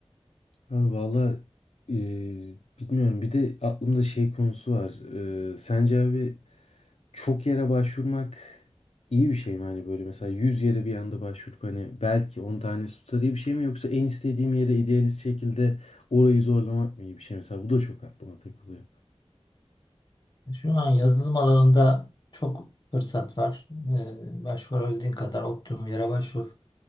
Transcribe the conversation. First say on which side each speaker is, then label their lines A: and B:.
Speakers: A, on the left; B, on the left.
A: Abi valla e, bilmiyorum bir de aklımda şey konusu var E, sence abi çok yere başvurmak iyi bir şey mi? Hani böyle mesela 100 yere bir anda başvurup hani belki 10 tanesi tutar iyi bir şey mi? Yoksa en istediğim yere idealist şekilde orayı zorlamak mı iyi bir şey? Mesela bu da çok aklıma takılıyor.
B: Şu an yazılım alanında çok fırsat var. Ee, başvurabildiğin kadar optimum yere başvur.